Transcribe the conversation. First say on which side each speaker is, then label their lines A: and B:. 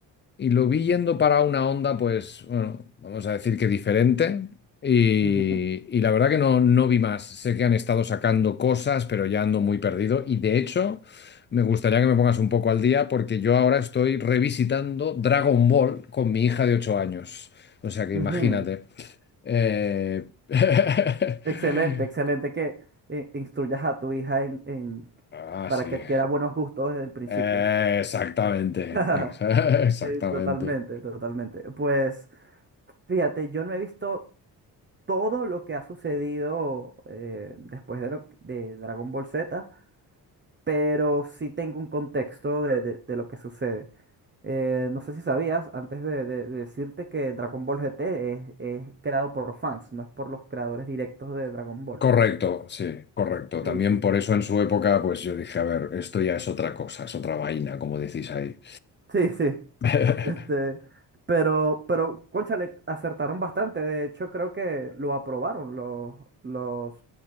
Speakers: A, on the left; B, on the right.
A: Y lo vi yendo para una onda, pues, bueno, vamos a decir que diferente. Y,
B: Ujú,
A: y la verdad que no, no vi más. Sé que han estado sacando cosas, pero ya ando muy perdido. Y de hecho, me gustaría que me pongas un poco al día porque yo ahora estoy revisitando Dragon Ball con mi hija de ocho años. O sea que
B: ujú.
A: imagínate. Eh, <laughs>
B: Excelente, excelente que eh, instruyas a tu hija en, en-
A: Ah,
B: para
A: sí.
B: que adquiera buenos gustos desde el principio.
A: Eh, exactamente.
B: <laughs>
A: Exa- <laughs> Exactamente.
B: Sí, totalmente, totalmente. Pues fíjate, yo no he visto todo lo que ha sucedido eh, después de, lo, de Dragon Ball Z, pero sí tengo un contexto de, de- de lo que sucede. Eh, no sé si sabías, antes de, de- de decirte que Dragon Ball GT es, es creado por fans, no es por los creadores directos de Dragon Ball.
A: Correcto, sí, correcto. También
B: Sí, sí.
A: por eso en su época, pues yo dije, a ver, esto ya es otra cosa, es otra vaina, como decís ahí.
B: Sí, sí. <laughs>
A: <laughs>
B: Este, pero, pero, cónchale, acertaron bastante. De hecho, creo que lo aprobaron los, los,